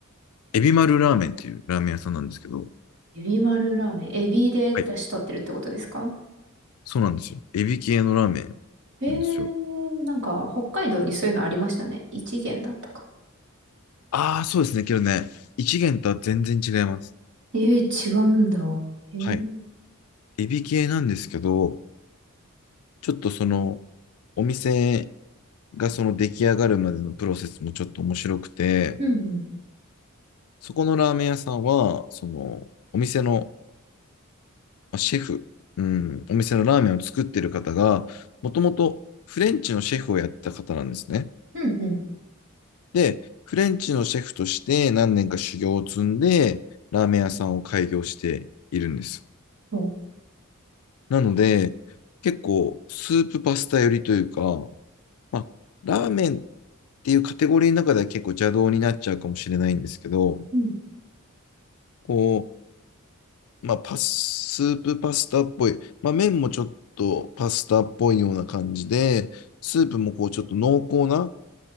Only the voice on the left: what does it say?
エビ丸ラーメンっていうラーメン屋さんなんですけど、
はい、そうなんですよ。エビ系のラーメン
なんですよ。
ああ、そうですね。けどね、一元とは全然違います。
はい。エビ系なんですけど、ちょっとその、お店がその出来上がるまでのプロセスもちょっと面白くて、
そこのラーメン屋さんは、その、お店のまあシェフ、うん、お店のラーメンを作ってる方が、もともとフレンチのシェフをやってた方なんですね。
で、フレンチのシェフとして何年か修行を積んで、ラーメン屋さんを開業しているんです。
なので、結構スープパスタ寄りというか、まあ、ラーメンっていうカテゴリーの中では結構邪道になっちゃうかもしれないんですけど、
こう、まあ、パス、スープパスタっぽい、まあ、麺もちょっとパスタっぽいような感じで、スープもこうちょっと濃厚な